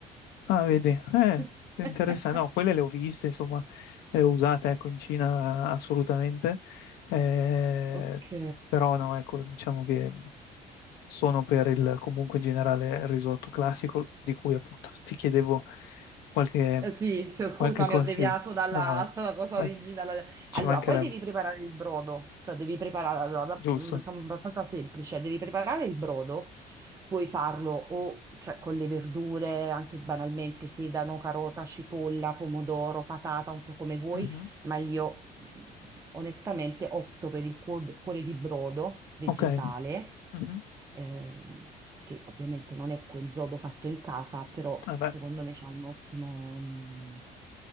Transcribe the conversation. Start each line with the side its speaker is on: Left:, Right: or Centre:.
Left: Ah, vedi, eh,
Right: <laughs>
Left: interessante. No, quelle le ho viste, insomma, le ho usate, ecco, in Cina assolutamente. Eh,
Right: Ok.
Left: però no, ecco, diciamo che sono per il, comunque in generale, il risotto classico, di cui appunto <laughs> ti chiedevo qualche,
Right: Eh Sì, cioè, scusami,
Left: qualche consiglio.
Right: ho deviato dalla,
Left: No,
Right: <laughs> dalla cosa
Left: ma
Right: originale.
Left: ci
Right: Allora,
Left: mancherebbe,
Right: poi devi preparare il brodo, cioè devi preparare, allora, la-
Left: giusto.
Right: mm, sono abbastanza semplice, devi preparare il brodo, puoi farlo o cioè, con le verdure, anche banalmente, sedano, carota, cipolla, pomodoro, patata, un po' come vuoi
Left: Mhm,
Right: ma io mh, onestamente opto per il cuor- cuore di brodo vegetale,
Left: Ok, mhm,
Right: ehm, che ovviamente non è quel brodo fatto in casa, però
Left: Vabbè,
Right: secondo me c'ha un ottimo, mh,